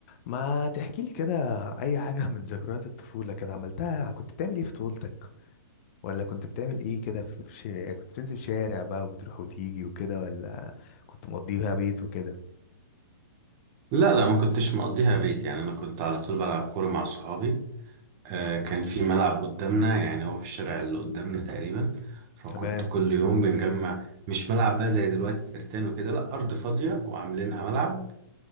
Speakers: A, on the left; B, on the right.
A: ما تحكي لي كده اي حاجه <laughs> من ذكريات الطفوله كده عملتها كنت بتعمل ايه في طفولتك ولا كنت بتعمل ايه كده في ش... كنت بتنزل شارع بقى وبتروح وتيجي وكده ولا كنت مقضيها بيت وكده
B: لا لا ما كنتش مقضيها بيت يعني انا كنت على طول بلعب كوره مع صحابي آه، كان في ملعب قدامنا يعني هو في الشارع اللي قدامنا تقريبا فكنت
A: تمام
B: كل يوم بنجمع مش ملعب بقى زي دلوقتي ترتان وكده لا ارض فاضيه وعاملينها ملعب